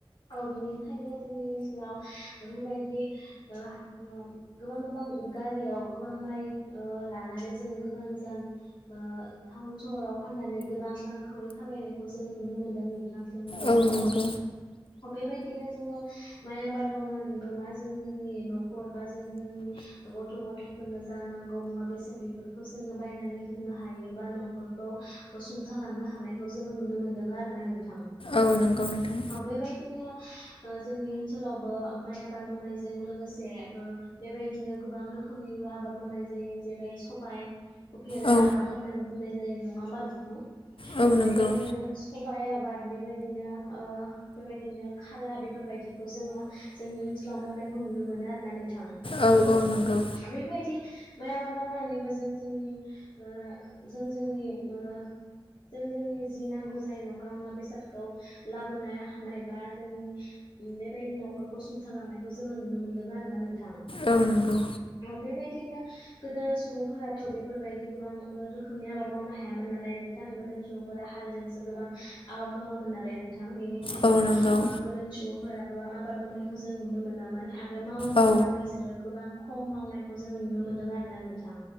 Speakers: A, on the left; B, on the left.
A: औ बेनि खायनो जोंनि ओनसोलाव बेफोरबायदि ओ ओ गोबां गोबां गारियाव गोबां माइ ओ लानानै जोङो गोजान गोजान ओ ताउन सहराव फाननानै गोब बां रांखावरि खामायनायखौ जोङो नुनो मोनदों नोंथां जोंनि ओनसोलाव
B: औ नंगौ
A: बेबायदिनो जोङो माइ आबाद मावनानैबो मा जों जोंनि न' खरबा जों जोंनि गथ' ग थायफोरनो जा नांगौ मुवा बेसाद बेफोरखौ जोङो बायनानै होनो हायो बा न'खरखौ ओ सुं थालांनो हानायखौ जोङो नुनो मोनदों आरो ना नों
B: औ नंगौ नोंथां
A: बेबायदिनो ओ जोंनि ओनसोलावबो माइ आबाद मावनायजों लोगोसे ओ बेबाय दिनो गोबां रोखोमनिबो आबाद मावनाय जायो जेरै सबाय उफेरा
B: औ
A: आबाद होननानै बुंनाय जायो नङा होमबा नोंथां
B: औ नंगौ
A: बेबायदिनो सबाइ आबाद बेबायदिनो ओ बेबायदिनो खाला बेफोरबायदिखौ जोङो जोंनि ओनसोलाव मावनायखौ नुनो मोनो आरोना नों थां
B: औ नंगौ
A: बेबायदि माइ आबाद मावनानैबो जों जोंनि ओ जों जोंनि ओ जों जोंनि जि नांगौ जायो न'खराव मुवा बेसादखौ लाबोनाया हानाय बा जोंनि बेबायदि न'खरखौ सुंथालांनायखौ जोङो नुनो मोन्दों आरोना नों थां
B: औ नंगौ
A: औ बेबायदि दिनो गोदो सुबुंफोराथ' बेफोरबायदि गोबां रोखोमनि आबाद मावनो हायामोन नालाय नोंथां गो सुबुंफोरा हालजोंसो गोबां आबाद मावोमोन नालाय नोंथां बिनि खायनो
B: औ नंगौ
A: ओ गोदोनि सुबुंफोरा गोबां आबाद मावनायखौ जों नुनो मोनामोन। आरो मावोमोनब्लाबो
B: औ
A: इसोरो गोबां खम मावनायखौ जोङो नुनो मोन्दों आरोना नोंथां।